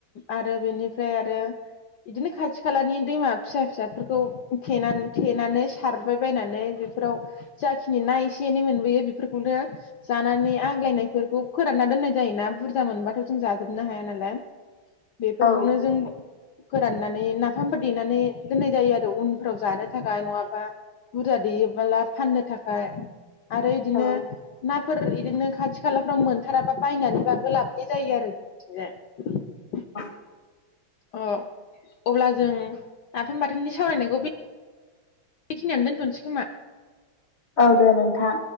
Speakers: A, on the left; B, on the left.
A: आरो बेनिफ्राय आरो बिदिनो खाथि खालानि दैमा फिसा फिसाफोरखौ थेनानै थेनानैस सारबाय बायनानै बेफोराव जाखिनि ना एसे एनै मोनबोयो बेफोरखौनो जानानै आग्लायनायफोरखौ फोरानना दोननाय जायोना बुरजा मोनबाथ' जों जाजोबनो हाया नालाय। बेफोरखौनो
B: औ
A: जों फोराननानै नाफामफोर देनानै दोननाय जायो आरो उनफोराव जानो थाखाय नङा बा बुरजा देयोबोला फाननो थाखाय आरो इदिनो
B: औ
A: नाफोर इदिनो खाथि खालाफ्राव मोनथाराबा। बायनानैबाबो लाबोनाय जायो आरो जों बिथिंजाय।
B: <unintelligible>
A: अ अब्ला जों नाफाम बाथोननि सावरायनायखौ बेखिनियावनो दोन्थ'नोसै खोमा।
B: औ दे नोंथां।